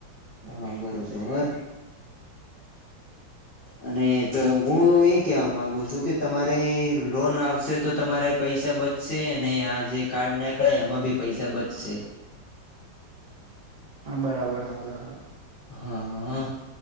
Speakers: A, on the left; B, on the right.
A: હા
B: ગઈ
A: બરોબર
B: પહે
A: અને તો હું એ કેહેવા ગુ છું કે તમારે લોન આવશે તો તમારા પૈસા બચશે અને આ જે કાર્ડ નીકળે એમાં ભી પૈસા બચશે
B: હા બરાબર હા બરાબર અ
A: હા